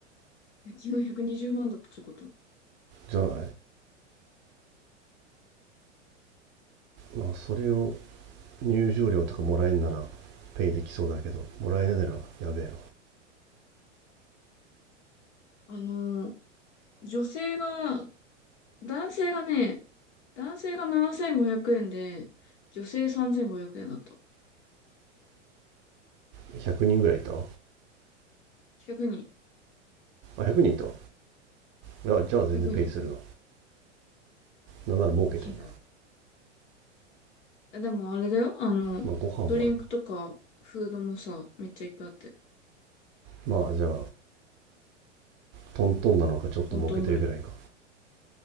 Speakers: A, on the left; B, on the right.
A: 日120万だったってこと。
B: じゃないまあそれを入場料とかもらえんならペイできそうだけど、もらえないならやべえ
A: あの、女性が、男性がね、男性が7500円で、女性3500円だった。
B: な。100人ぐらいいたあ、
A: 1人、
B: 100人いたいやじゃあ全然ペイするな。
A: 100人。
B: なんなら儲けてんな。
A: 大きいな。えでもあれだよ。あの、
B: まあご飯もある。
A: ドリンクとか、フードもさ、めっちゃいっぱいあって、
B: まあじゃあ、トントンなのかちょっと儲けてるぐらいか。
A: トントンぐらい。